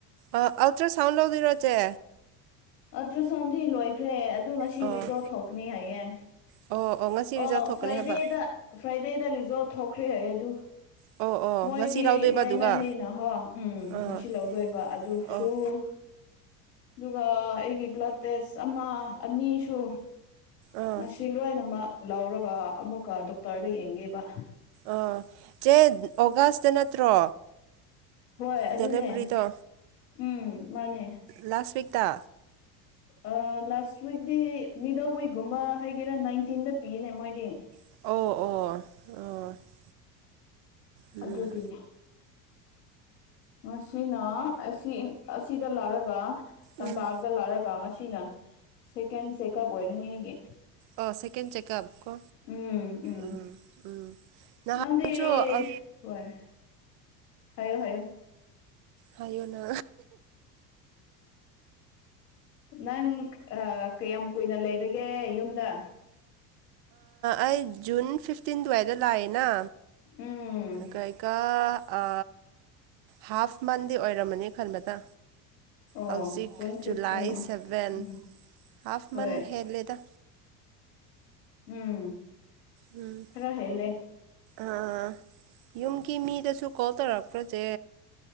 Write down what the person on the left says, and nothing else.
ꯑꯜꯇ꯭ꯔ ꯁꯥꯎꯟꯗꯤ ꯂꯣꯏꯈ꯭ꯔꯦ ꯑꯗꯨ ꯉꯁꯤ
ꯔꯤꯖꯜ ꯊꯣꯛꯀꯅꯤ ꯍꯥꯏꯌꯦ꯫
ꯑꯣ
ꯐ꯭ꯔꯥꯏꯗꯦꯗ
ꯐ꯭ꯔꯥꯏꯗꯦꯗ ꯔꯤꯖꯣꯜ ꯊꯣꯛꯈ꯭ꯔꯦ ꯑꯩ ꯑꯗꯨ
ꯃꯣꯏꯗꯤ
ꯒꯣꯔꯃꯦꯟꯅꯤꯅꯍꯣ
ꯎꯝ
ꯉꯁꯤ ꯂꯧꯗꯣꯏꯕ ꯑꯗꯨꯁꯨꯝ
ꯑꯗꯨꯒ ꯑꯩꯒꯤ ꯕ꯭ꯂꯗ ꯇꯦꯁ ꯑꯃ ꯑꯅꯤꯁꯨ
ꯉꯁꯤ ꯂꯣꯏꯅꯃꯛ ꯂꯧꯔꯒ ꯑꯃꯨꯛꯀ ꯗꯣꯛꯇꯔꯗ ꯌꯦꯡꯒꯦꯕ
ꯍꯣꯏ ꯑꯗꯨꯅꯦ
ꯎꯝ ꯃꯥꯅꯦ
ꯑ ꯂꯥꯁ ꯋꯤꯛꯇꯤ ꯃꯤꯗꯜ ꯋꯤꯛꯒꯨꯝꯕ ꯍꯥꯏꯒꯦꯔꯥ ꯅꯥꯏꯟꯇꯤꯟꯗ ꯄꯤꯅꯦ ꯃꯣꯏꯗꯤ꯫
ꯑꯗꯨꯒꯤ ꯉꯁꯤꯅ ꯑꯁꯤ ꯑꯁꯤꯗ ꯂꯥꯛꯔꯒ ꯇꯝꯄꯥꯛꯇ
ꯂꯥꯛꯔꯒ ꯉꯁꯤꯅ ꯁꯦꯀꯦꯟ ꯆꯦꯀꯞ ꯑꯣꯏꯔꯦꯅꯤ ꯑꯩꯒꯤ꯫
ꯎꯝ ꯎꯝ
ꯅꯪꯗꯤ
ꯍꯣꯏ ꯍꯥꯏꯌꯣ ꯍꯥꯏꯌꯣ꯫
ꯅꯪ ꯑꯥ꯫ ꯀꯌꯥꯝ ꯀꯨꯏꯅ ꯂꯩꯔꯒꯦ ꯌꯨꯝꯗ꯫
ꯎꯝ
ꯑꯣ
ꯖꯨꯟ fifteen
ꯎꯝ
ꯍꯣꯏ
ꯎꯝ
ꯔ ꯍꯂꯦ